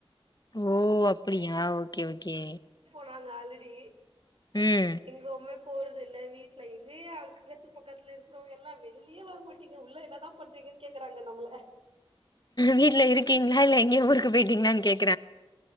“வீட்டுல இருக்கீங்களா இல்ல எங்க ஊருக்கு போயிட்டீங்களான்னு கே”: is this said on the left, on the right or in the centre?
Left